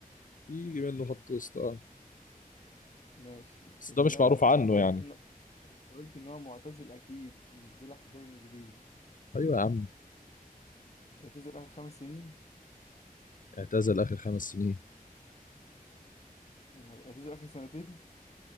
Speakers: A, on the left; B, on the left.
A: يجي منه خط وسط اه
B: ماشي
A: بس
B: اللاعب
A: ده مش معروف عنه
B: ده انت قلت
A: يعني
B: ان انت قلت ان هو معتزل اكيد مش بيلعب في الدوري الانجليزي
A: ايوه يا عم
B: اعتزل اخر خمس سنين
A: اعتزل اخر خمس سنين
B: يا نهار- اعتزل اخر سنتين